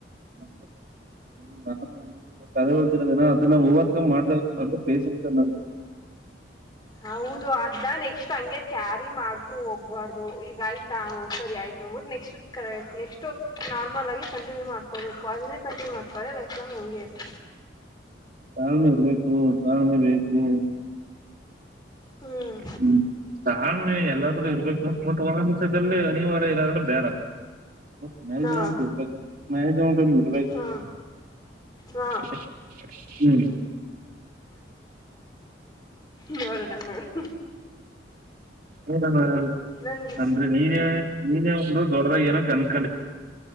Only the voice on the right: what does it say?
<unintelligible> ಒಂದು ಪೇಷನ್ಸ್ ಅನ್ನೋದು
ತಾಳ್ಮೆ ಇರ್ಬೇಕು ತಾಳ್ಮೆ ಬೇಕು.
ಹ್ಮು ತಾಳ್ಮೆ ಎಲ್ಲಾದ್ರೂ ಇರ್ಬೇಕು. ಬಟ್ ಒಂದೊಂದ್ ವಿಷದಲ್ಲಿ ಅನಿವಾರ್ಯ ಇರಾದ್ರೆ ಬೇಡ. <unintelligible>
ಹ್ಮು
ಊಟ ಮಾಡ್
ಅಂದ್ರೆ ನೀನೇ ನೀನೇ ಒಂದು ದೊಡ್ಡದಾಗ ಏನೊ <unintelligible> ಕನ್ಸ್